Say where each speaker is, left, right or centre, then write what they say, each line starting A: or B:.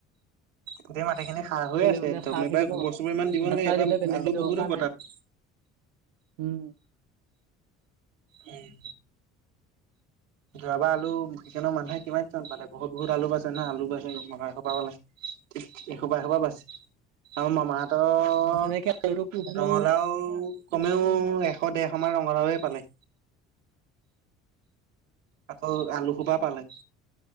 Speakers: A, on the right; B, on the right.
A: গোটেই মাটিখিনি সাৰ হৈ আছে
B: মানে
A: একদম
B: সাৰ
A: এইবাৰ
B: থাকিব।
A: গোবৰ চোবৰ ইমান দিব নালাগে
B: সাৰ
A: এইবাৰ
B: দিবলে বেলেগকে
A: আলু
B: দৰকাৰ
A: বহুত হ'ব
B: নাই
A: তাত <inaudible>
B: উম
A: উম যৰাাব আলু চিকেনৰ মানুহে কিমান ন পালে বহুত বহুত আলু পাইছে না আলু পাইছে মসপা পালে এসোবা এসোবা বাচি আৰু মোৰ মামাহতৰ
B: তেনেকে আলুটো কৰিছিলো
A: ৰঙালাও কমেও এশ দেৰশ মান ৰঙ মৰাে পালে আকৌ আলুসোপা পালে